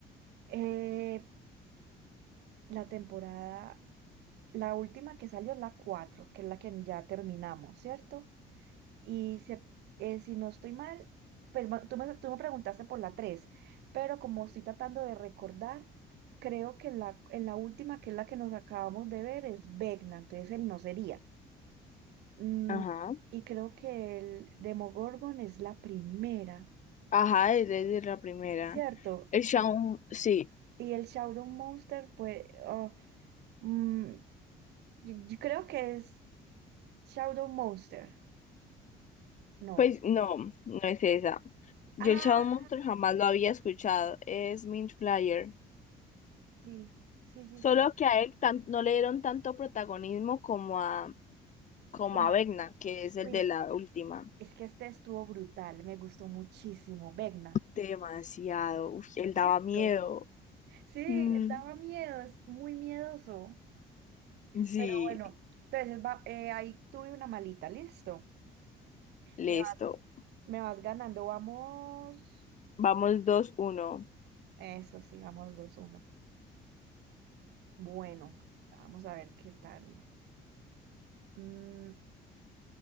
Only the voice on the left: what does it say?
Ajá,
ajá, es desde la primera.
El Shadow, sí,
pues no, no es esa. Yo
el Shadow Monster jamás lo había escuchado, es Mint Flyer.
Solo
que a él tan- no le dieron tanto protagonismo como a, como
a Vecna, que es el
de
la última.
Demasiado, uf, él daba
miedo.
Mm,
sí,
listo.
Vamos dos uno.